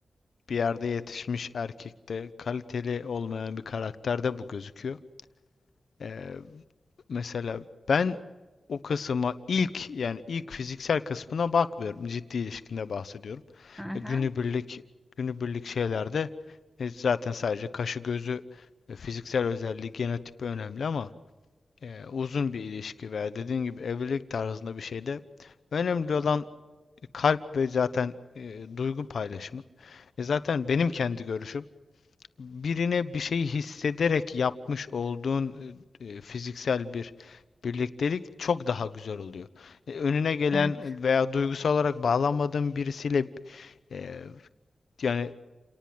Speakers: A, on the left; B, in the centre.
A: bir yerde yetişmiş erkekte kaliteli olmayan bir karakterde bu gözüküyor. E, mesela ben o kısma ilk yani ilk fiziksel kısmına bakmıyorum. Ciddi ilişkinde bahsediyorum.
B: Hı hı,
A: E, Günübirlik günübirlik şeylerde e, zaten sadece kaşı gözü e, fiziksel özelliği genotipi önemli ama e, uzun bir ilişki veya dediğin gibi evlilik tarzında bir şeyde önemli olan kalp ve zaten e, duygu paylaşımı. E, zaten benim kendi görüşüm birine bir şeyi hissederek yapmış olduğun e, e, fiziksel bir birliktelik çok daha güzel oluyor. E, önüne gelen
B: evet.
A: veya duygusal olarak bağlanmadığın birisiyle e, yani